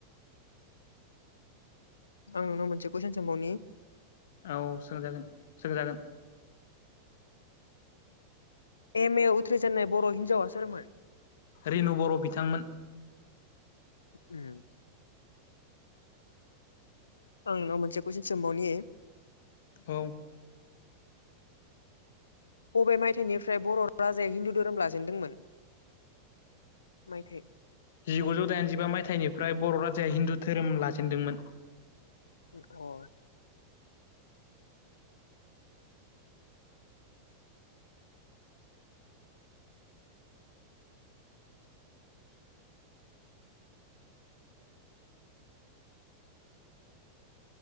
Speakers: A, on the left; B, on the left.
A: आं नोंनाव मोनसे कुइसन सोंबावनि
B: औ सोंजागोन सोंजागोन।
A: एम ए उथ्रिजेननाय बर' हिन्जावा सोरमोन?
B: रेनु बर' बिथांमोन।
A: ओम आं नोंनाव मोनसे कुइसन सोंबावनि
B: औ
A: बबे मायथाइनिफ्राय बर' राजाया हिन्दु धोरोम लाजेनदोंमोन? माइथाइ
B: जिगुजौ दाइनजिबा मायथाइनिफ्राय बर' राजाया हिन्दु धोरोम लाजेेनदोंमोन।
A: अ